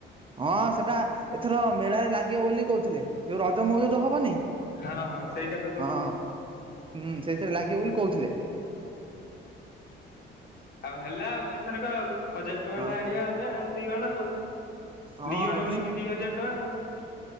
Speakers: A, on the right; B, on the left.
A: ହଁ ସେଟା ଏଥର ମେଳାରେ ଲାଗିବ ବୋଲି କହୁଥିଲେ ଯୋଉ ରଜ ମଉଜଉ ହବନି।
B: ହଁ ହଁ ସେଇଟା ପା କହୁଚି।
A: ହଁ ହୁଁ ସେଇଥିରେ ଲାଗିବ ବୋଲି କହୁଥିଲେ।
B: ଆଉ ହେଲା ଆଉ ଏଥରକ ଆଉ ହଜାର ଟଙ୍କା
A: ହଁ
B: ଟା ଆଣିବା ଆମେ ଆଉ ଦି ଜଣ ଆଉ।
A: ହଁ
B: ଦି ଅଣା
A: ଲିଫ୍ଟ
B: ଭଳିକି ଦି ହଜାର ଟଙ୍କା ଆଉ।